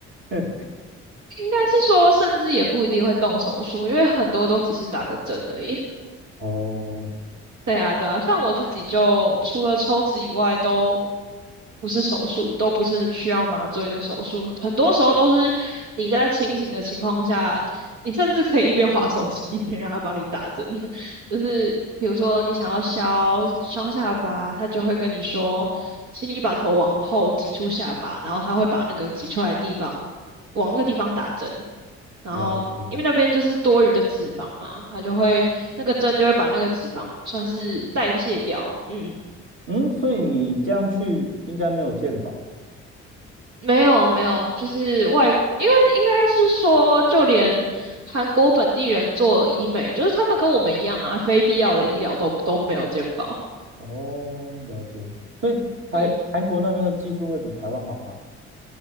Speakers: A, on the right (about 35°); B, on the right (about 55°).
A: <laughs>
B: 应该是说甚至也不一定会动手术，因为很多都只是打个针而已。
A: 哦，
B: 对啊，对啊，像我自己就除了抽脂以外，都不是手术，都不是需要麻醉的手术，很多时候都是你在清醒的情况下，你甚至可以一边滑手机一边让他帮你打针。<laughs> 就是比如说你想要削双下巴，他就会跟你说，请你把头往后挤出下巴，然后他会把那个挤出来的地方往那个地方打针，然后因为那边就是多余的脂肪嘛，
A: 了解。
B: 它就会那个针就会把那个脂肪算是代谢掉。嗯，
A: 嗯，所以你这样去应该没有健保。
B: 没有没有，就是外，因为应该是说，就连韩国本地人做医美，就是他们跟我们一样啊，非必要的医疗都都没有健保。
A: 哦，了解。所以台韩国那边的技术会比台湾好吗？
B: 嗯